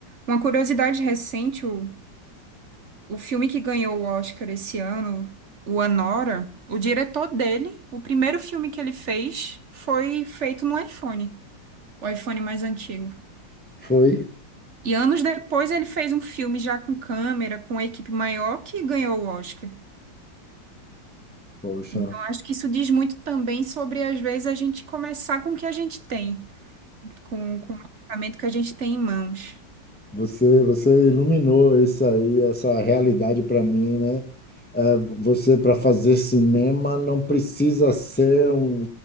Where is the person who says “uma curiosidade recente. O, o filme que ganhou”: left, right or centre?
Right